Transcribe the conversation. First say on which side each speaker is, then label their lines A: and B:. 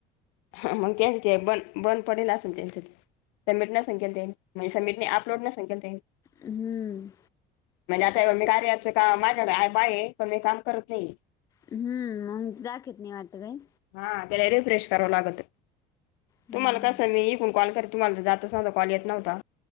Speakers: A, on the left (about 80°); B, on the left (about 20°).
A: हा मग त्यान त्या बन... बंद पडेल असेल त्यांच्य ते, सबमिट नसन केल त्या नि म्हणजे समिटनई अपलोड नसन केल त्यांनी.
B: हम्म.
A: म्हणजे आता हेबग मी कार्या ॲपच काम माझ्या कडे ॲप आहे पण मी काम करत नाही.
B: हम्म मग दाखित नाही वाटत काही.
A: हा त्याला रिफ्रेश कराव लागत,
B: हम्म,
A: तुम्हाला कस... जस मी इकुन कॉल करे तुम्हाला जातच नव्हता कॉल येत नव्हता